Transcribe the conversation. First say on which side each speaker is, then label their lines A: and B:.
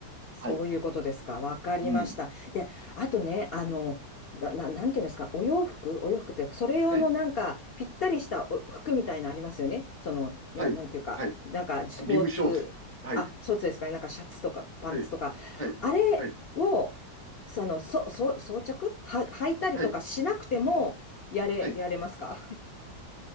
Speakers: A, on the left; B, on the left.
A: そういうことですか。
B: はい。
A: わかりました。
B: うん。
A: で、あとね、あのなななんていうんですか、お洋服、お洋服ってそれ用のなんかぴったりした服みたいなありますよね。
B: はい。
A: そのななんていうか、
B: はい。はい。
A: なんかスポーツあ、
B: ビブショーツ。はい。
A: スポーツですかね。なんかシャツとかパンツとかあれをそのそそ装着は履いたりとかしなくてもやれやれますか。
B: はい。はい。はい。はい。はい。